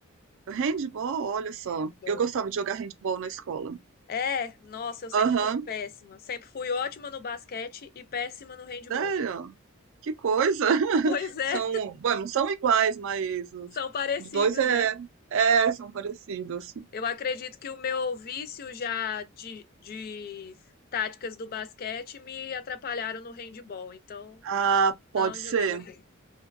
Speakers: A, on the right; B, on the left.
A: Handball, olha só.
B: Handball.
A: Eu gostava de jogar handball na escola.
B: É, nossa, eu sempre
A: Aham,
B: fui péssima. Sempre fui ótima no basquete e péssima no handball.
A: sério? Que coisa! <laughs>
B: <laughs> Pois é,
A: São, bom, não são iguais, mas os,
B: são parecidos,
A: os dois é,
B: né?
A: é, são parecidos.
B: Eu acredito que o meu vício já de, de táticas do basquete me atrapalharam no handball, então
A: Ah, pode
B: não
A: ser,
B: jogava bem.